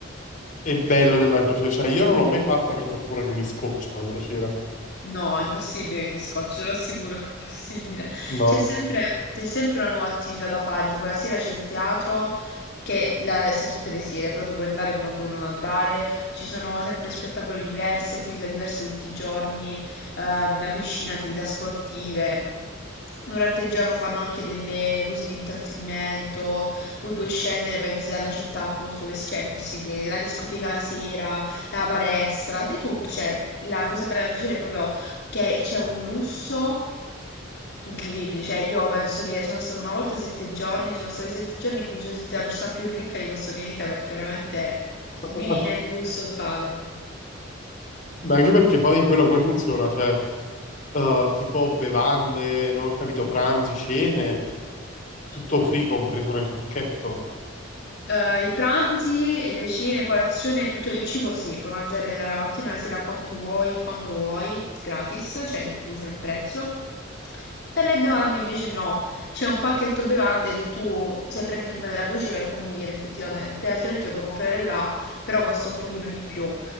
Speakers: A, on the left; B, on the left.
A: è bello della crociera? Cioè, io non l'ho mai fatta perché ho paura che mi scoccia la crociera.
B: No, impossibile che ti scocci, te lo assicuro, <laughs> impossibile.
A: No.
B: C'è sempre, c'è sempre una nuova attività da fare, tipo la sera c'è il teatro che la, sta tutte le sere, però tu puoi andare come puoi non andare, ci sono sempre spettacoli diversi, attività diverse tutti i giorni, eh, una piscina, attività sportive. Durante il giorno fanno anche delle cose di intrattenimento, poi puoi scendere e vai a visitare la città appunto dove c'è, è impossibile, la discoteca la sera, la palestra, di tutto, cioè la cosa bella della crociera è proprio che c'è un lusso incredibile, cioè io penso che sono stata una volta sette giorni, sono stati sette giorni in cui mi sono sentita la persona più ricca di questo pianeta perché veramente
A: <laughs>
B: vivi nel lusso totale.
A: Beh, anche perché poi quello come funziona? Cioè, eh, tipo bevande, non ho capito, pranzi, cene, tutto free compreso nel pacchetto
B: Eh, i pranzi, le cene, colazione, tutto il cibo sì, puoi mangiare dalla mattina alla sera quanto vuoi, quando vuoi, gratis, cioè incluso nel prezzo. Per le bevande invece no, c'è un pacchetto bevande che tu se prendi prima della crociera che conviene effettivamente, altrimenti lo puoi comprare là, però costa un pochino di più.